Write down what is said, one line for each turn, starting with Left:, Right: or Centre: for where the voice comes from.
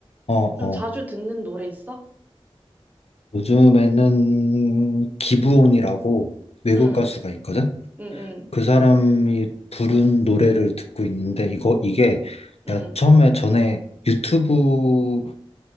Left: 어,
Right: 좀
Left: 어.
Right: 자주 듣는 노래 있어?
Left: 요즘에는 기브온이라고 외국
Right: 응,
Left: 가수가 있거든?
Right: 응, 응,
Left: 그 사람이 부른 노래를 듣고 있는데 이거 이게 내가
Right: 응,
Left: 처음에 전에 유튜브를